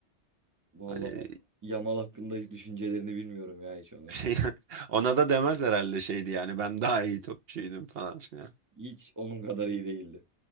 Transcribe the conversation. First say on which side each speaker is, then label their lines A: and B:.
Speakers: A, on the right; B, on the right.
A: Vallahi
B: Hani
A: Yamal hakkında düşüncelerini bilmiyorum ya hiç onun.
B: <laughs> ona da demez herhalde şeydi yani ben daha iyi topçuydum falan filan.
A: Hiç onun kadar iyi değildi.